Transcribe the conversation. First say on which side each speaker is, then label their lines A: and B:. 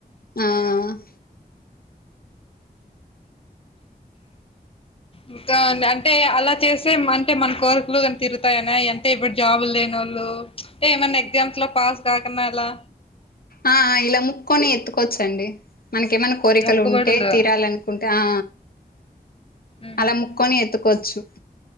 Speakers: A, on the left; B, on the left.
A: ఆ
B: ఇంకా అంటే అలా చేస్తే అంటే మన కోరికలు కానీ తీరుతాయనా అంటే ఇప్పుడు జాబులు లేనివాళ్ళు ఏమైనా ఎగ్జామ్స్ లో పాస్ కాకుండా అలా
A: ఆ ఇలా మొక్కొని ఎత్తుకోవచ్చండి మనకు ఏమైన కోరికలు
B: మొక్కుబడులు
A: ఉంటే తీరాలన్నా. కోరికలు ఉంటే తీరాలనుకుంటే ఆ
B: ఉమ్
A: అలా. మొక్కొని ఎత్తుకోవచ్చు.